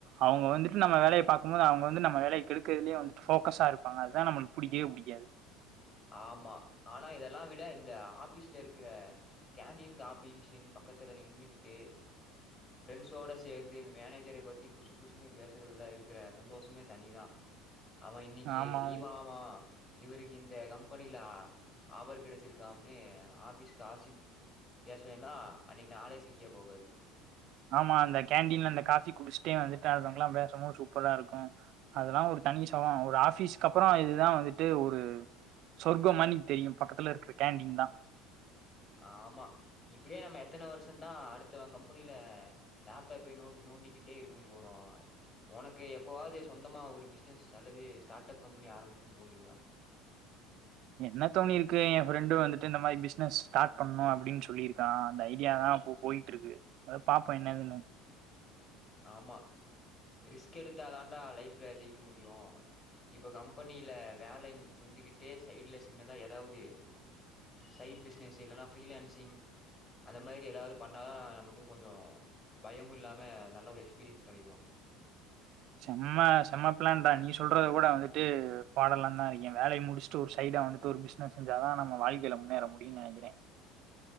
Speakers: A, on the right; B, on the left.
A: அவுங்க வந்துட்டு நம்ம வேலைய பாக்கும்போது அவுங்க வந்து நம்ம வேலைய கெடுக்குறதுலயே வந்து ஃபோக்கஸா இருப்பாங்க அதுதா நம்மளுக்கு புடிக்கவே புடிக்காது
B: ஆமா ஆனா இதெல்லா விட இந்த ஆபீஸ்ல இருக்கிற கேண்டீன் காபி மிஷின் பக்கத்துல நின்னுகிட்டு ஃப்ரெண்ட்ஸோட சேந்து இந்த மேனேஜர பத்தி குசு குசுன்னு பேசுறதுல இருக்கிற சந்தோஷமே தனிதா அவ இன்னைக்கு
A: ஆமா
B: லீவாமா இவருக்கு இந் த கம்பெனில ஆஃபர் கெடச்சிருக்காம்னு ஆஃபீஸுக் காசிப் பேசவேன்னா அன்னைக்கு நாளே செரியா போகாது
A: ஆமா அந்த கேண்டீன்ல அந்த காஃபி குடிச்ட்டே வந்துட்டு அ இருந்தவ்ங்கலா பேசம் போது சூப்பரா இருக்கு அதெல்லா ஒரு தனி சொகோ ஒரு ஆஃபீஸ்க்கப்பற இதுதா வந்துட்டு ஒரு சொர்க மார் இன்னைக்கு தெரியு பக்கத்துல இருக்கிற கேண்டீன் தா
B: ஆமா இப்டியே நம்ம எத்தன வருஷந்தா அடுத்து அவ கம்பெனில லேப்டாப்பை நோ நோண்டிக்கிட்டே இருக்கும் போறோ ஓனக்கு எப்போவாவ்து சொந்தமா ஒரு பிஸ்னஸ் அல்லது ஸ்டார்ட் அப் கம்பெனி ஆரம்மிக்கனு தோணிருக்கா
A: என்ன தோணிருக்கு எ ஃப்ரெண்டு வந்துட்டு இந்த மாரி பிசினஸ் ஸ்டார்ட் பண்ணணு அப்டின் சொல்லிருக்கா அந்த ஐடியா தா அப்போ போயிட்ருக்கு அத பாப்போ என்னதுன்னு
B: ஆமா ரிஸ்க்கெடுத்தாதான்டா லைஃபுல ஜெயிக்க முடியு இப்ப கம்பனில வேலைங் செஞ்சுக்கிட்டே சைட்ல சின்னதா எதாவ்து சைடு பிஸ்னஸு இல்லனா ஃப்ரீலான்சிங் அத மாரி எதாவ்து பண்ணா நமக்கு கொஞ்சோ பயமு இல்லாம நல்ல ஒரு எக்ஸ்பீரியன்ஸ் கெடைக்கு
A: செம்ம செம்ம ப்ளான்டா நீ சொல்றத கூட வந்துட்டு போடலாந்தா இருக்கே வேலைய முடிச்சுட்டு ஒரு சைடா வந்துட்டு ஒரு பி பிஸ்னஸ் செஞ்சாதா நம்ம வாழ்க்கைல முன்னேற முடியுன் நெனைக்கிறே